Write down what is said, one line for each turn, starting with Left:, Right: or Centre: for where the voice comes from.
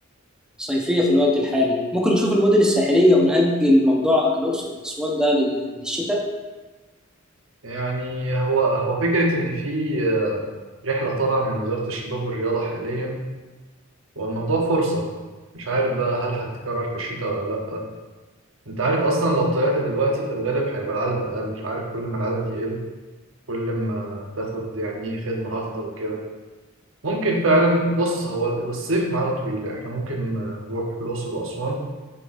Centre: صيفيه في الوقت الحالي ممكن نشوف المدن الساحليه ونأجل موضوع الاقصر واسوان ده لل- للشتاء
Right: يعني هو هو فكرة إن في آه، رحلة طالعة من وزارة الشباب والرياضة حاليا والموضوع فرصة مش عارف بقى هل هتتكرر في الشتاء ولا لأ أنت عارف أصلا لو طلعت دلوقتي في الغالب هيبقى العدد أقل عارف كل ما العدد يقل كل ما تاخد يعني إيه خدمة أفضل وكده ممكن فعلا بص هو الصيف معانا طويل يعني إحنا ممكن آه، نروح الأقصر وأسوان